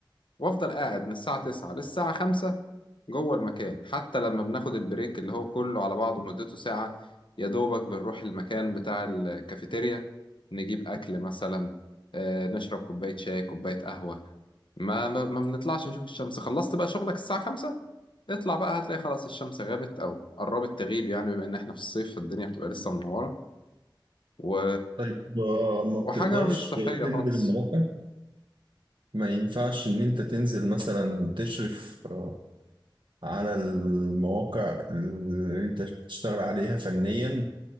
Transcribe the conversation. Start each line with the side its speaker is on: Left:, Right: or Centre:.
Left: وافضل قاعد من الساعة 9 للساعة 5 جوه المكان حتى لما بناخد البريك اللي هو كله على بعضه مدته ساعة يا دوبك بنروح المكان بتاع الكافيتيريا نجيب أكل مثلا آه، نشرب كوباية شاي كوباية قهوة ما ما ما بنطلعش نشوف الشمس خلصت بقى شغلك الساعة خمسة اطلع بقى هتلاقي خلاص الشمس غابت أو قربت تغيب يعني بما إن إحنا في الصيف الدنيا بتبقى لسه منورة و...
Right: طيب آه، ما بتقدرش
Left: وحاجة مش صحية
Right: تنزل
Left: خالص
Right: المواقع ما ينفعش إن أنت تنزل مثلا تشرف آه، على المواقع اللي انت بتشتغل عليها فنيا